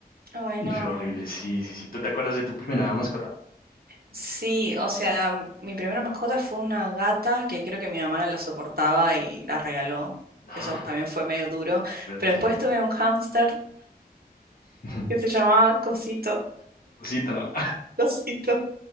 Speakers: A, on the right (about 65°); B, on the left (about 60°).
A: Ay,
B: Y
A: no.
B: fue horrible. Sí, sí, sí. ¿Tú te acuerdas de tu primera mascota?
A: Sí, o sea, mi primera mascota fue una gata que creo que mi mamá no la soportaba y la regaló.
B: <gasps> Ah,
A: Eso también fue medio duro.
B: Fuerte.
A: Pero después tuve un hámster
B: <laughs>
A: que se llamaba Cosito,
B: Cosita,
A: <laughs> Cosito.